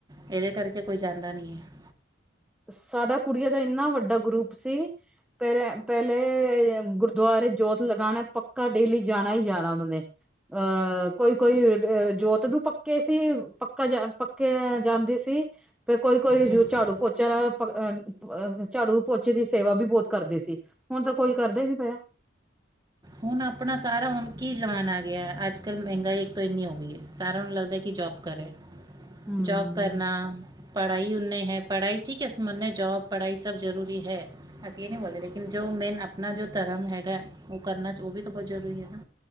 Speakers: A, on the right (about 20°); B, in the centre.
A: ਇਹਦੇ ਕਰਕੇ ਕੋਈ ਜਾਂਦਾ ਨਹੀਂ ਐ।
B: ਸਾਡਾ ਕੁੜੀਆਂ ਦਾ ਇੰਨਾ ਵੱਡਾ ਗਰੁੱਪ ਸੀ। ਪਹਿਲੇ ਪਹਿਲੇ ਗੁਰਦੁਆਰੇ ਜੋਤ ਲਗਾਣਾ ਪੱਕਾ ਡੇਲੀ ਜਾਣਾ ਈ ਜਾਣਾ ਉਹਨਾਂ ਨੇ। ਅਹ ਕੋਈ ਕੋਈ ਅ ਜੋਤ ਨੂੰ ਪੱਕੇ ਸੀ ਪੱਕਾ ਜਾ। ਕੇ ਜਾਂਦੀ ਸੀ ਤੇ ਕੋਈ ਕੋਈ
A: ਹਾਂਜੀ
B: ਝਾੜੂ ਪੋ ਚਾ ਲਾਵੇ ਅਹ ਝਾੜੂ ਪੋਚੇ ਦੀ ਸੇਵਾ ਵੀ ਬਹੁਤ ਕਰਦੇ ਸੀ ਹੁਣ ਤਾਂ ਕੋਈ ਕਰਦਾ ਹੀ ਨੀ ਪਿਆ।
A: ਹੁਣ ਆਪਣਾ ਸਾਰਾ ਹੁਣ ਕੀ ਜਮਾਨਾ ਆ ਗਿਆ ਅੱਜ ਕੱਲ ਮਹਿੰਗਾਈ ਇੱਕ ਤੋਂ ਇੰਨੀ ਹੋ ਗਈ ਹੈ। ਸਾਰਿਆਂ ਨੂੰ ਲੱਗਦਾ ਕਿ ਜੋਬ ਕਰੋ
B: ਹਮ
A: ਜੋਬ, ਕਰਨਾ ਪੜ੍ਹਾਈ ਉਨੇ ਐ ਪੜ੍ਹਾਈ ਠੀਕ ਹੈ ਮੰਨੇ ਜੌਬ ਪੜ੍ਹਾਈ ਸਭ ਜਰੂਰੀ ਹੈ। ਅਸੀਂ ਇਹ ਨਹੀਂ ਬੋਲਦੇ ਲੇਕਿਨ ਜੋ ਮੇਨ ਆਪਣਾ ਜੋ ਧਰਮ ਹੈਗਾ ਉਹ ਕਰਨਾ ਚ ਉਹ ਵੀ ਤਾਂ ਬਹੁਤ ਜ਼ਰੂਰੀ ਐ।